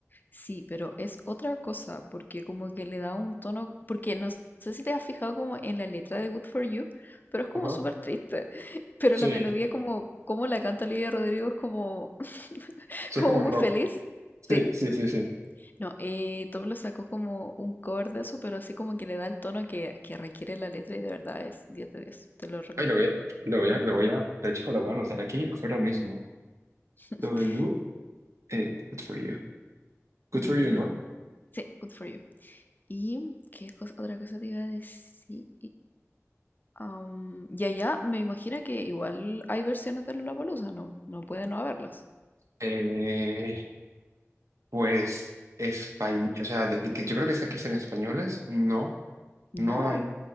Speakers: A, on the left; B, on the right.
A: Sí, pero es otra cosa, porque como que le da un tono, porque no sé si te has fijado como en la letra de Good For You, pero es como
B: Ajá,
A: súper triste, <laughs> pero
B: sí,
A: la melodía como, como la canta Olivia Rodrigo es como, <laughs>
B: sí,
A: como
B: es como
A: muy
B: rock.
A: feliz.
B: Sí,
A: Sí.
B: sí, sí, sí.
A: No, eh, Toblo sacó como un cover de eso, pero así como que le da el tono que, que requiere la letra y de verdad es 10 de 10, te lo recomiendo.
B: Ay, lo voy a, lo voy a, lo voy a, de hecho, lo voy a anotar aquí ahora mismo.
A: <laughs>
B: W, eh, good for you. Good
A: Y
B: for you, ¿no?
A: Sí, good for you. ¿Y qué cosa, otra cosa te iba a decir? Am, y allá me imagino que igual hay versiones de Lollapalooza, no, no puede no haberlas.
B: Eh, pues, español, o sea, de- de que yo creo que, sea- que sean españoles, no,
A: No,
B: no hay,